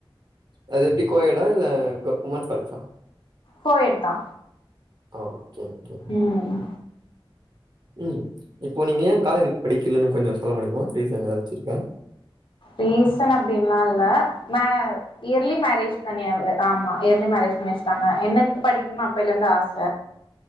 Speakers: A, on the right; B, on the left.
A: அது எப்டி கோயேடா இல்ல கொ உமன்ஸ் காலேஜா
B: கோயேட் தா
A: ஓ ஓகே ஓகே
B: ம்
A: ம் இப்போ நீங்க ஏ காலேஜு படிக்கலனு கொஞ்சோ சொல்ல முடியுமா ரீசன் எதாச்சு இருக்கா
B: ரீசன் அப்டின்லா இல்ல மே இயர்லி மேரேஜ் பண்ணியவ ஆமா இயர்லி மேரேஜ் பண்ணி வச்ட்டாங்க எனக்கு படிக்கணு அப்பைலருந்து ஆச